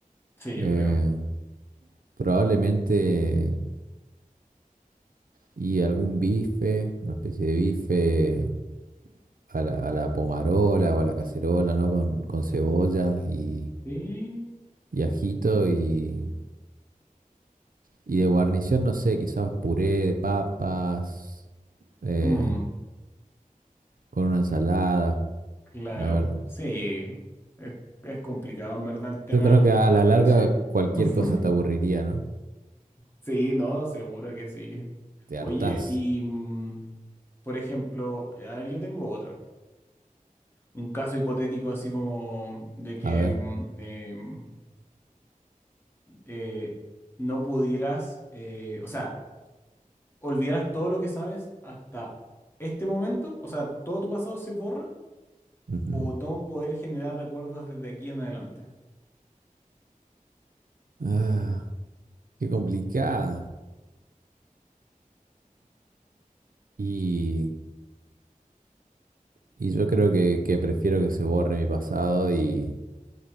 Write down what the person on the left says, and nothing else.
Sí,
yo creo.
Sí.
Mm,
claro,
sí, es, es complicado en verdad el tema
de las
papas,
pero sí.
<laughs>
Sí, no, seguro que sí.
Oye, y mm, por ejemplo, a ver, yo tengo otra. Un caso hipotético así como de que
mm, em, eh, no pudieras, eh, o sea, olvidaras todo lo que sabes hasta este momento, o sea, todo tu pasado se borra
o no poder generar recuerdos desde aquí en adelante.